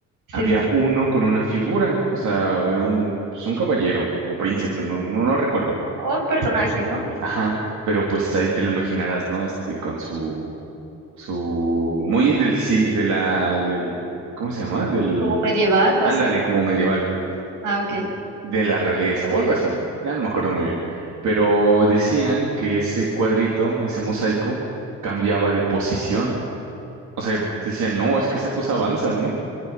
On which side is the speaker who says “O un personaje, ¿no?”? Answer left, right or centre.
Right